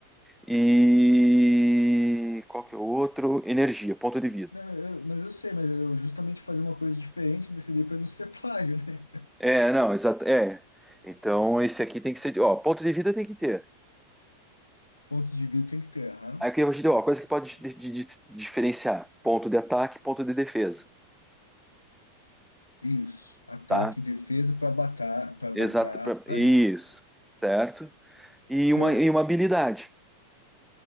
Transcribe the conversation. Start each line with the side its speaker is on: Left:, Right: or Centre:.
Centre: E qual que é o outro? Energia, ponto de vida.
Left: Não, eu- mas eu sei, mas eu justamente fazer uma coisa diferente, decidi para não ser <laughs> plágio, né?
Centre: É, não, exato. É. Então esse aqui tem que ser. Ó, ponto de vida tem que ter.
Left: Pontos de vida tem que ter, aham.
Centre: Aí o que eu te deu, ó, coisa que pode di- di- di- diferenciar: ponto de ataque, ponto de defesa,
Left: Isso, ataque
Centre: tá?
Left: e defesa para batalha, para
Centre: Exato,
Left: batalha,
Centre: pra- isso, certo? E uma,
Left: certo.
Centre: e uma habilidade,